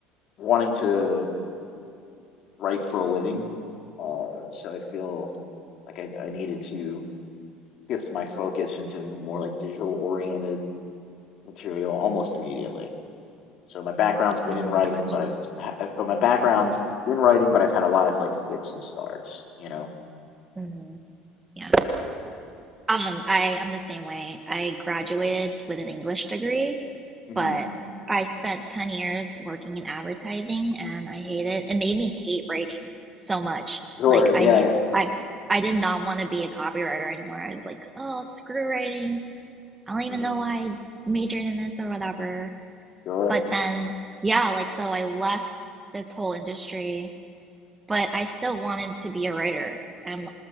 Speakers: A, on the left (about 50°); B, on the right (about 20°).
A: wanting to write for a living. Uh, so I feel like I, I needed to shift my focus into more like digital oriented material almost immediately. So my background's been
B: Oh,
A: in writing,
B: gotcha.
A: but I've ha- uh, but my background's been writing, but I've had a lot of like fits and starts, you know.
B: hmm Yeah. Um, I I'm the same way. I graduated with an English degree,
A: hmm
B: but I spent 10 years working in advertising and I hate it. It made me hate writing so much.
A: Sure.
B: Like I
A: Yeah. yeah.
B: I I did not want to be a copywriter anymore. I was like, oh, screw writing. I don't even
A: Mm-hmm.
B: know why I majored in this or whatever.
A: Sure.
B: But then, yeah, like, so I left this whole industry, but I still wanted to be a writer. And,